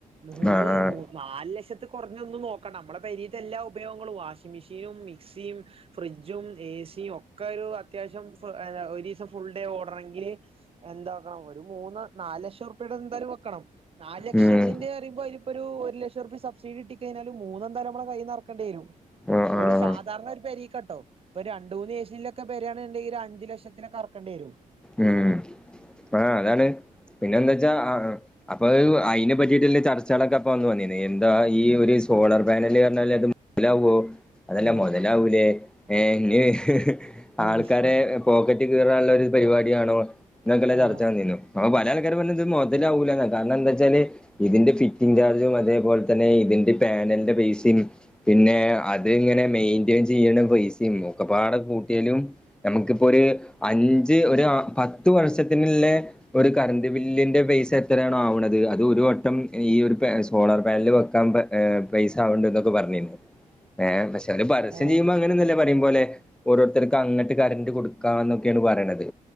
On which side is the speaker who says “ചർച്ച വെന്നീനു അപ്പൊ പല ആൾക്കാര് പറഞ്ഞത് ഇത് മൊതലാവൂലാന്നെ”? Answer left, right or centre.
Centre